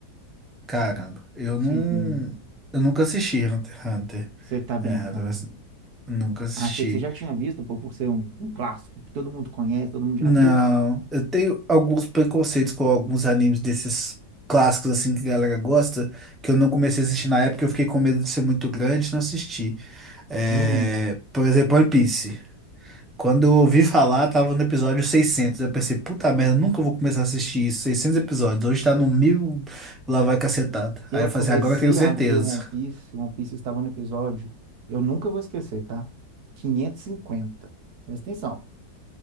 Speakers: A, in the centre; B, on the right.
A: Caramba, eu
B: Sim,
A: não. Eu nunca assisti Hunter x Hunter.
B: você tá brincando.
A: É, Hunter x- Hunter. Nunca assisti.
B: Achei que você já tinha visto, pô, por ser um, um clássico que todo mundo conhece, todo mundo já
A: Não,
B: viu.
A: eu tenho alguns preconceitos com alguns animes desses clássicos assim que a galera gosta, que eu não comecei a assistir na época, eu fiquei com medo de ser muito grande e não assisti. É,
B: Hum,
A: por exemplo, One Piece. Quando eu ouvi falar, tava no episódio 600. Eu pensei, puta merda, nunca vou começar a assistir isso. seiscentos episódios. Hoje tá
B: eu
A: no mil, lá vai cacetada.
B: eu
A: Aí eu
B: comecei
A: falei assim, agora eu tenho certeza.
B: a ver One Piece, One Piece estava no episódio, eu nunca vou esquecer, tá? 550. Presta atenção.